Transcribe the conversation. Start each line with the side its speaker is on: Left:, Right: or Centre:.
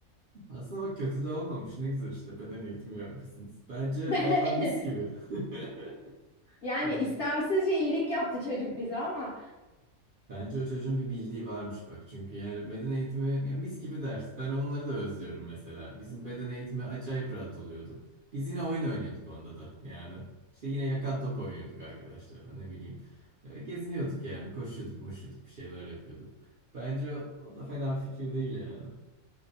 Right: <laughs> Aslında bak kötü de olmamış ne güzel işte beden eğitimi yapmışsınız. Bence
Left: <laughs>
Right: valla mis gibi. <laughs>
Left: Yani
Right: Evet.
Left: istemsizce iyilik yaptı çocuk bize ama.
Right: Bence o çocuğun bir bildiği varmış bak. Çünkü yani beden eğitimi ya mis gibi ders. Ben onları da özlüyorum mesela. Bizim beden eğitimi acayip rahat oluyordu. Biz yine oyun oynuyorduk onda da yani. İşte yine yakan top oynuyorduk arkadaşlarla ne bileyim. E, Geziniyorduk yani koşuyorduk moşuyorduk bir şeyler yapıyorduk. Bence o da fena bir fikir değil yani.